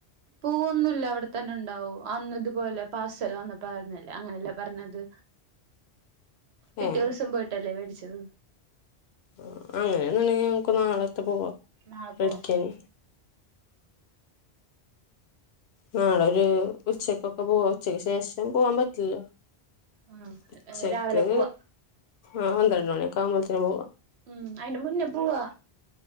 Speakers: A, on the right (about 75°); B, on the left (about 75°).
A: പോവൊന്നുല്ല അവിടെത്തന്നെ ഉണ്ടാവും അന്നതുപോലെ പാർസൽ വന്നപ്പോ പറഞ്ഞല്ലേ അങ്ങനെയല്ലേ പറഞ്ഞത് പിറ്റേ
B: ഏഹ്
A: ദിവസം പോയിട്ടല്ലേ വേടിച്ചത്
B: ആ അങ്ങനെയേന്നുണ്ടെങ്കി നമ്മക്ക് നാളത്തെ പോവാ
A: നാളെ
B: മേടിക്കാന്
A: പോവാം
B: നാളൊരു ഉച്ചക്കൊക്കെ പോവാ ഉച്ചക്ക് ശേഷം പോവാൻ പറ്റില്ല
A: ഉം
B: ഉച്ചക്ക്
A: രാവിലെ പോവാ
B: ആഹ് പന്ത്രണ്ട് മണിയൊക്കെ ആവുമ്പോത്തിന് പോവാം
A: ഉം അയിന് മുന്നേ പോവാ